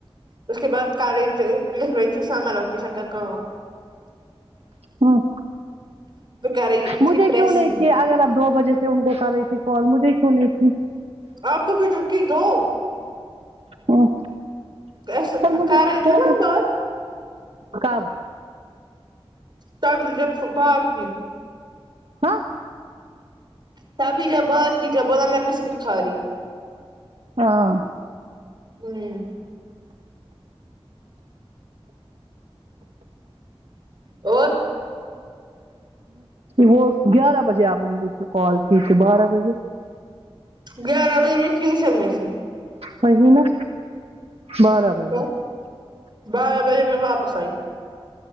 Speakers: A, on the right; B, on the right.
A: اس کے بعد کر رہی لکھ رہی تھی سامر ووکیشن کا کام
B: ہمم
A: <unintelligible>
B: مجھے کیوں نہیں
A: بھی
B: کی اگر آپ دو بجے سے ان کو کر رہی تھی کال مجھے کیوں نہیں کی
A: آپ کو بھی تو کی دو
B: ہاں
A: کر
B: پر مجھے
A: رہے تھے
B: کوئی
A: نا بات
B: کب
A: تب بھی جب صبح اٹھی
B: ہاں
A: تبھی جب بات کی جب بولا میں بسکٹ کھا رہی ہوں
B: ہاں
A: ہمم اور
B: وہ گیارہ بجے آپ نے مجھے کال کی تھی بارہ بجے
A: گیارہ بجے میں ٹیوشن تھی
B: وہی نا بارہ بجے
A: تو بارہ بجے میں واپس آئی